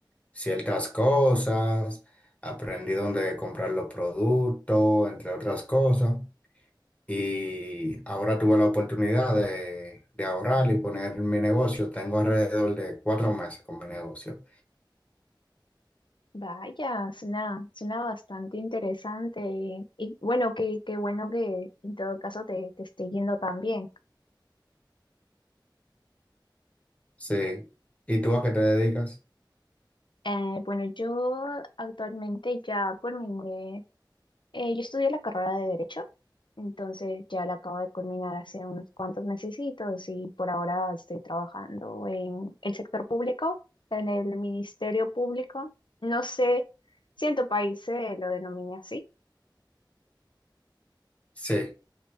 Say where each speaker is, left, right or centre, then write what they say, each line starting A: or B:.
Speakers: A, on the left; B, on the left.
A: ciertas cosas, aprendí dónde comprar los productos, entre otras cosas. Y ahora tuve la oportunidad de, de ahorrar y poner mi negocio. Tengo alrededor de cuatro meses con mi negocio.
B: Vaya, suena, suena bastante interesante. Y bueno, qué, qué bueno que en todo caso te, te esté yendo tan bien.
A: Sí. ¿Y tú a qué te dedicas?
B: Eh, bueno, yo actualmente ya culminé. Eh, yo estudié la carrera de Derecho, entonces ya la acabo de culminar hace unos cuantos mesecitos y por ahora estoy trabajando en el sector público, en el Ministerio Público. No sé si en tu país se lo denomina así.
A: Sí.